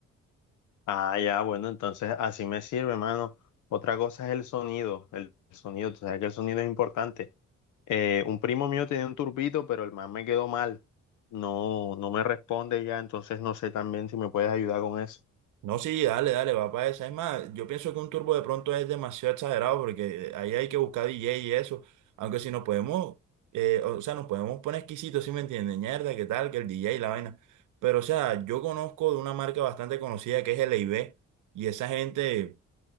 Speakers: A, on the left; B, on the right.
A: Ah, ya, bueno, entonces así me sirve, hermano. Otra cosa es el sonido, el sonido, tú sabes que el sonido es importante. Eh, un primo mío tenía un turbito, pero el man me quedó mal. No, no me responde ya, entonces no sé también si me puedes ayudar con eso.
B: No, sí, dale, dale, va para esa. Es más, yo pienso que un turbo de pronto es demasiado exagerado porque ahí hay que buscar DJ y eso. Aunque si nos podemos, eh, o sea, nos podemos poner exquisitos, ¿sí me entiendes? Mierda, qué tal, que el DJ y la vaina. Pero, o sea, yo conozco de una marca bastante conocida que es LIB y esa gente,